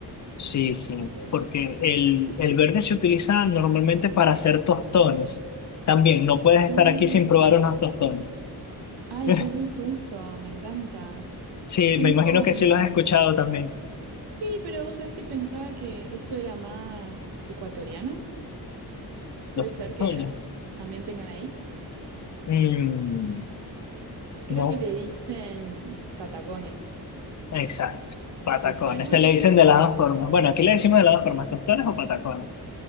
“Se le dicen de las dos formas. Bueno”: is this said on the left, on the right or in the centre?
Left